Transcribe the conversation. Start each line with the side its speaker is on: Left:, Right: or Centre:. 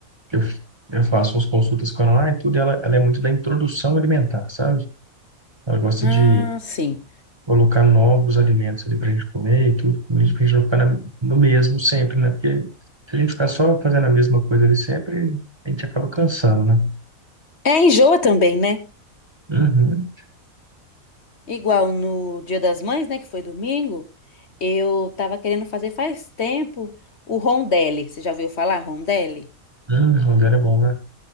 Right: eu, eu faço umas consultas com ela lá e tudo, e ela, ela é muito da introdução alimentar, sabe? Ela gosta
Left: Ah,
Right: de
Left: sim.
Right: colocar novos alimentos ali para a gente comer e tudo, para a gente não ficar na- no mesmo sempre, né? Porque se a gente ficar só fazendo a mesma coisa ali sempre, a gente acaba cansando, né?
Left: É, enjoa também, né?
Right: Uhum.
Left: Igual no Dia das Mães, né, que foi domingo, eu tava querendo fazer faz tempo o rondelli. Você já ouviu falar rondelli?
Right: Hum, Rondelli é bom, né?